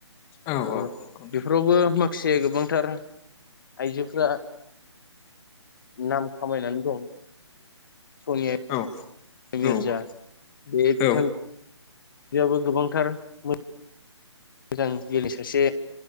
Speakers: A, on the left (about 20°); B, on the left (about 45°).
A: औ
B: ओ
A: औ नंगौ नोंथां
B: बेफोरावबो मो से गोबांथार आइजोफ्रा नाम खामायनानै दं सनिया
A: औ।
B: मिर्जा
A: औ
B: बे
A: औ
B: बिथां बेयावबो गोबांथार मो मोजां जोलै सासे